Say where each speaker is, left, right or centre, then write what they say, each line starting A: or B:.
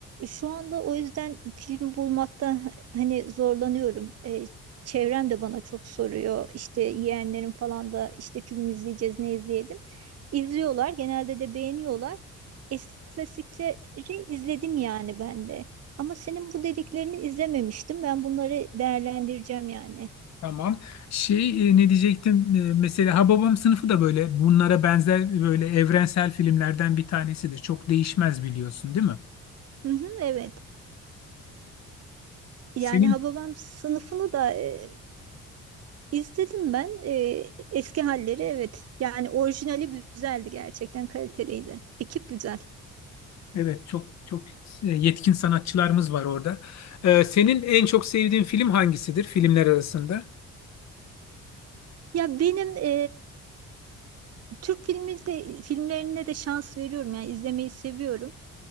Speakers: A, on the right; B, on the left.
A: şu anda o yüzden film bulmakta hani zorlanıyorum. E, Çevrem de bana çok soruyor. İşte yeğenlerim falan da işte film izleyeceğiz ne izleyelim. İzliyorlar. Genelde de beğeniyorlar. Eski klasikleri izledim yani ben de. Ama senin bu dediklerini izlememiştim. Ben bunları değerlendireceğim yani.
B: Tamam. Şey e, ne diyecektim? E, mesela Hababam sınıfı da böyle bunlara benzer böyle evrensel filmlerden bir tanesidir. Çok değişmez biliyorsun, değil mi?
A: Hı hı, evet. Yani
B: Senin
A: Hababam sınıfını da e, izledim ben. E, eski halleri evet. Yani orijinali güzeldi gerçekten kaliteliydi. Ekip güzel.
B: evet çok çok e, yetkin sanatçılarımız var orada. E, senin en çok sevdiğin film hangisidir filmler arasında?
A: Ya benim e, Türk filmi de filmlerine de şans veriyorum yani izlemeyi seviyorum.